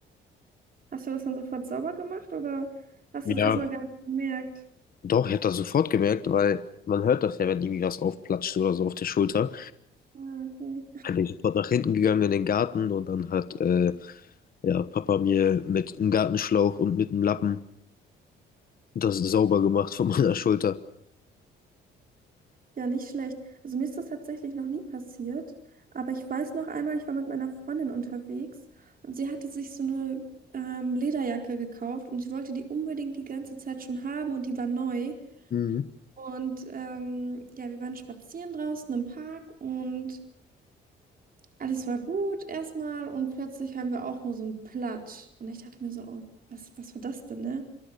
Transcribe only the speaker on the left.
Ja.
Doch, ich habe das sofort gemerkt, weil man hört das ja, wenn irgendwie was aufplatscht oder so auf der Schulter.
Dann bin ich sofort nach hinten gegangen in den Garten und dann hat äh, ja, Papa mir mit einem Gartenschlauch und mit einem Lappen das sauber gemacht von meiner Schulter.
Mhm.